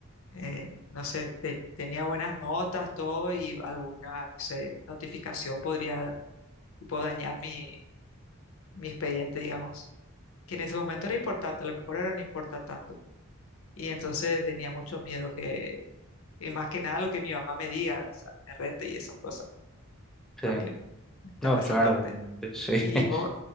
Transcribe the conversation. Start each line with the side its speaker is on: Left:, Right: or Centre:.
Left: eh, no sé, te- tenía buenas notas, todo y alguna, no sé, notificación podría tipo dañar mi mi expediente, digamos, que en ese momento era importante, a lo mejor ahora no importa tanto. Y entonces tenía mucho miedo que, y más que nada lo que mi mamá me diga, o sea, me rete y esas cosas también.
Centre: sí.
Left: Estaba
Centre: No,
Left: esa
Centre: claro,
Left: parte.
Centre: obviamente, sí.
Left: ¿Y
Centre: <laughs>
Left: vos,